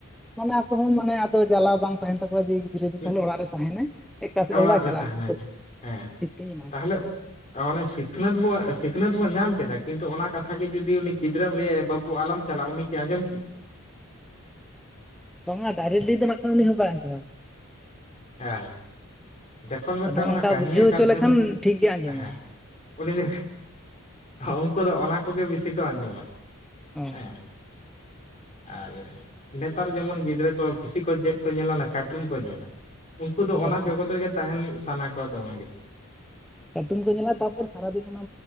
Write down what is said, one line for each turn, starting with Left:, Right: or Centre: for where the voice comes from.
Centre: ᱢᱟᱱᱮ ᱟᱠᱚ ᱦᱚᱸ ᱢᱟᱱᱮ ᱟᱫᱚ ᱡᱟᱞᱟᱣ ᱵᱟᱝ ᱛᱟᱦᱮᱱ ᱛᱟᱠᱚᱣᱟ ᱡᱮ ᱜᱤᱫᱽᱨᱟᱹ ᱫᱚ
Left: ᱢᱤᱫ
Centre: ᱛᱟᱦᱚᱞᱮ ᱚᱲᱟᱜ ᱨᱮ ᱛᱟᱦᱮᱱᱟᱭ <unintelligible> ᱥᱮᱫ
Left: ᱚᱲᱟᱜ
Centre: ᱦᱚᱸ ᱵᱟᱭ
Left: ᱨᱮ
Centre: ᱪᱟᱞᱟᱜᱼᱟ
Left: ᱛᱟᱦᱮᱱᱟᱭ
Centre: ᱚᱱᱟ <unintelligible>
Left: ᱦᱮᱸ
Centre: ᱥᱤᱠᱟᱹᱧ ᱮᱢᱟᱭ
Left: ᱛᱟᱦᱚᱞᱮ ᱚᱱᱮ ᱥᱤᱠᱷᱱᱟᱹᱛ ᱵᱚ ᱥᱤᱠᱷᱱᱟᱹᱛ ᱵᱚ ᱧᱟᱢ ᱠᱮᱫᱟ ᱠᱤᱱᱛᱩ ᱚᱱᱟ ᱠᱟᱛᱷᱟ ᱜᱮ ᱡᱩᱫᱤ ᱩᱱᱤ ᱜᱤᱫᱽᱨᱟᱹᱢ ᱞᱟᱹᱭ ᱟᱭᱟ ᱵᱟᱹᱵᱩ ᱟᱞᱚᱢ ᱪᱟᱞᱟᱜ ᱩᱱᱤᱜ ᱟᱸᱡᱚᱢ ᱠᱮᱭᱟ
Centre: ᱵᱟᱝᱼᱟ ᱰᱟᱭᱨᱮᱠᱴᱞᱤ ᱫᱚ ᱱᱟᱜ ᱠᱷᱟᱱ ᱩᱱᱤ ᱦᱚᱸ ᱵᱟᱭ ᱟᱸᱡᱚᱢᱟᱭ
Left: ᱦᱮᱸ ᱡᱚᱠᱷᱚᱱ ᱢᱤᱫᱴᱟᱝ
Centre: ᱟᱫᱚ ᱚᱱᱠᱟ
Left: ᱚᱱᱟ ᱠᱟᱹᱦᱱᱤ
Centre: ᱵᱩᱡᱷᱟᱹᱣ
Left: ᱟᱠᱟᱨ
Centre: ᱦᱚᱪᱚ ᱞᱮᱠᱷᱟᱱ
Left: ᱛᱮᱢ
Centre: ᱴᱷᱤᱠ ᱜᱮ ᱟᱸᱡᱚᱢᱟᱭ
Left: ᱦᱮᱸ ᱩᱱᱤ ᱡ ᱩᱱᱠᱩ ᱫᱚ ᱚᱱᱟ ᱠᱚᱜᱮ ᱵᱮᱥᱤ ᱠᱚ ᱟᱸᱡᱚᱢᱟ
Centre: ᱚ
Left: ᱦᱮᱸ <inaudible> ᱟᱨ ᱱᱮᱛᱟᱨ ᱡᱮᱢᱚᱱ ᱜᱤᱫᱽᱨᱟᱹ ᱠᱚ ᱵᱤᱥᱤ ᱠᱚ ᱪᱮᱫ ᱠᱚ ᱧᱮᱞᱟ ᱚᱱᱟ ᱠᱟᱨᱴᱩᱱ ᱠᱚ ᱧᱮᱞᱟ ᱩᱱᱠᱩ ᱫᱚ
Centre: ᱦᱚᱸ
Left: ᱚᱱᱟ ᱡᱚᱜᱚᱛ ᱨᱮᱜᱮ ᱛᱟᱦᱮᱱ ᱥᱟᱱᱟ ᱠᱚᱣᱟ ᱫᱚᱢᱮ
Centre: ᱠᱟᱨᱴᱩᱱ ᱠᱚ ᱧᱮᱞᱟ ᱛᱟᱯᱚᱨ ᱥᱟᱨᱟᱫᱤᱱ ᱚᱱᱟ